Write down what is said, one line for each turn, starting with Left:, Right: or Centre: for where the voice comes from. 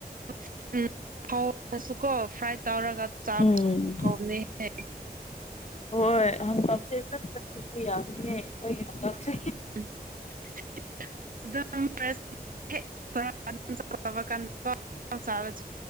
Right: <unintelligible> ꯐ꯭ꯔꯥꯏ ꯇꯧꯔꯒ ꯆꯥꯕ
Left: ꯎꯝ
Right: <unintelligible>
Left: ꯍꯣꯏ ꯍꯪꯀꯝꯁꯦ ꯐꯟꯅ ꯊꯨꯕ ꯌꯥꯗꯦꯍꯦ ꯑꯩꯈꯣꯏꯒꯤ ꯍꯥꯡꯀꯝꯁꯦ
Right: <unintelligible> <inaudible>